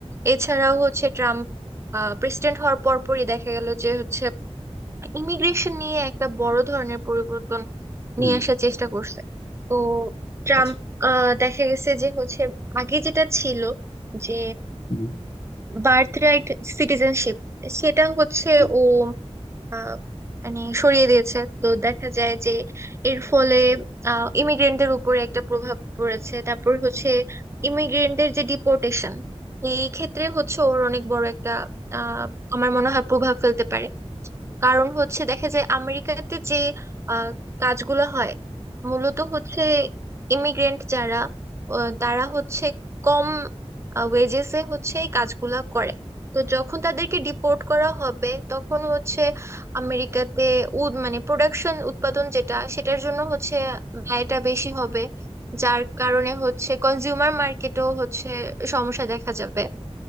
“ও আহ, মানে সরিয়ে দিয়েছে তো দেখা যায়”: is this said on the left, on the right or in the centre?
Right